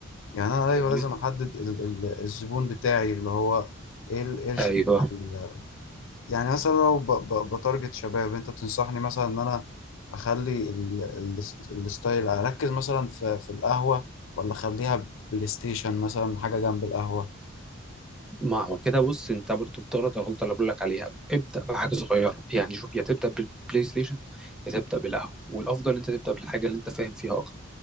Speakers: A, on the left; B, in the centre.
A: يعني انا
B: فاهمني
A: ايوه لازم احدد ال- ال- الزبون بتاعي اللي هو ايه ال- ايه الشريحه
B: ايوه
A: ال- يعني مثلا لو ب- ب- بتارجت شباب انت تنصحني مثلا ان انا اخلي ال- ال- الستايل اركز مثلا في في القهوه ولا اخليها بلاي ستيشن مثلا حاجه جنب القهوه
B: ما هو كده بص انت برضو بتغلط الغلطه اللي بقول لك عليها ابدا بحاجه صغيره يعني شوف يا تبدا بالبلاي ستيشن يا تبدا بالقهوه والافضل انت تبدا بالحاجه اللي انت فاهم فيها اكتر